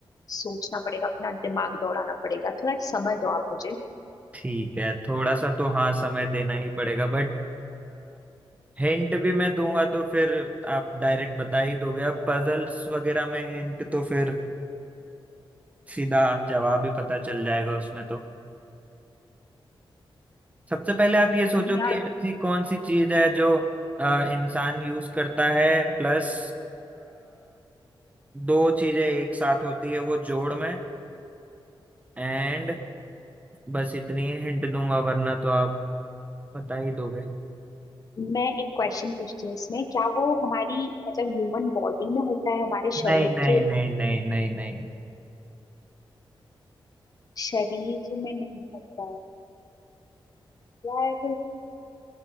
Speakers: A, on the left (about 45°); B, on the right (about 15°).
A: सोचना पड़ेगा अपना दिमाग दौड़ाना पड़ेगा थोड़ा समय दो आप मुझे
B: ठीक है थोड़ा सा तो हाँ समय देना ही पड़ेगा बट हिंट भी मैं दूंगा तो फिर आप डायरेक्ट बता ही दोगे अब पजल्स वगैरह में हिंट तो फिर सीधा जवाब ही पता चल जाएगा उसमें तो सबसे पहले आप ये सोचो
A: यार
B: कि ऐसी कौन सी चीज है जो अ, इंसान यूज करता है प्लस दो चीजें एक साथ होती है वो जोड़ में एंड बस इतनी ही हिंट दूंगा वरना तो आप बता ही दोगे
A: मैं एक क्वेश्चन पूछती हूँ इसमें क्या वो हमारी मतलब ह्यूमन बॉडी में होता है हमारे शरीर
B: नहीं नहीं
A: के
B: नहीं नहीं नहीं नहीं
A: शरीर में नहीं होता है यार